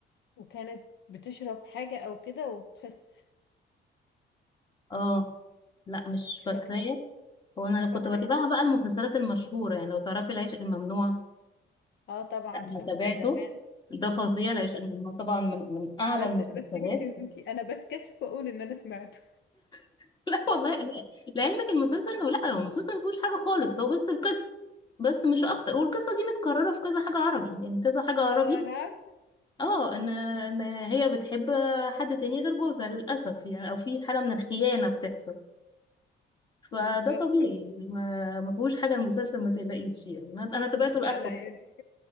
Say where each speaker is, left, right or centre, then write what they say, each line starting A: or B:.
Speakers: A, on the left; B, on the left.
A: وكانت بتشرب حاجة او كده وبتخس
B: اه لا مش
A: مش فاكرة
B: فاكراه هو انا
A: مش
B: لو
A: فاكرة
B: كنت بتابعها
A: اسمه
B: بقى المسلسلات المشهوره يعني لو تعرفي العشق الممنوع
A: اه طبعا
B: لا انا
A: شفته
B: تابعته
A: زمان
B: ده فظيع لأن
A: بس
B: طبعا من من اعلى
A: بس
B: المسلسلات
A: بس سيبك انتي انا بتكسف اقول ان انا سمعته
B: <laughs> لا والله لا- لعلمك المسلسل انه لا هو المسلسل ما فيهوش حاجه خالص هو بس القصه بس مش اكتر والقصه دي متكرره في كذا حاجه عربي يعني كذا
A: <laughs>
B: حاجه عربي
A: اه انا عارفة
B: اه ان ان هي بتحب حد تاني غير جوزها للاسف يعني او في حاله من الخيانه بتحصل فده
A: بالظبط
B: طبيعي يعني ما ما فيهوش حاجه المسلسل ما تقلقيش يعني انا أنا تابعته
A: لا
B: لاخره
A: لا يعني